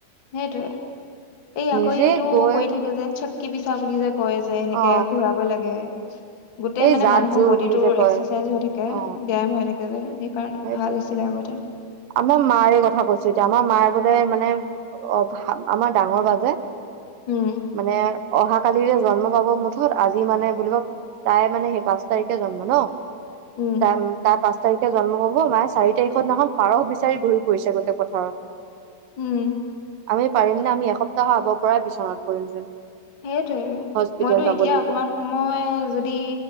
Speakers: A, on the left (about 40°); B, on the right (about 75°).
A: সেইটোয়ে এই আকৌ
B: নিজে
A: এইটো
B: গৈ
A: কৰি থাকে যে চক্কি পিছা বুলি যে কয় যে এনেকে
B: অ
A: ঘূৰাব লাগে। গোটেই
B: এই
A: মানে
B: জাত
A: মানুহৰ
B: জোৰ
A: বডি
B: বুলি
A: টো
B: যে কয়
A: এক্সাৰচাইজ হৈ থাকে
B: অ
A: ব্যায়াম হৈ থাকে যে। কাৰণ
B: সেইটোৱে
A: ভাল আছিলে আগতে।
B: আমাৰ মাৰ এই কথা কৈছো, এতিয়া আমাৰ মাৰ বোলে মানে অ আমাৰ ডাঙৰ বা জে।
A: উম
B: মানে অহা কালিৰে জন্ম পাব মুঠত আজি মানে বুলিব তাই মানে সেই পাঁচ তাৰিখে জন্ম ন।
A: উম
B: তাৰ তাৰ পাঁচ তাৰিখে জন্ম হ'ব মাৰ চাৰি তাৰিখত দিনাখন- পাৰহ বিচাৰি ঘূৰি ফুৰিছে গোটেই পথাৰত।
A: উম
B: আমি- পাৰিম নে আমি এসপ্তাহৰ আগৰ পৰাই বিচনাত কৰিম যেন
A: সেইটোৱে
B: হস্পিতেল
A: মইতো
B: যাব
A: এতিয়া
B: লাগিব
A: অকমান সময় যদি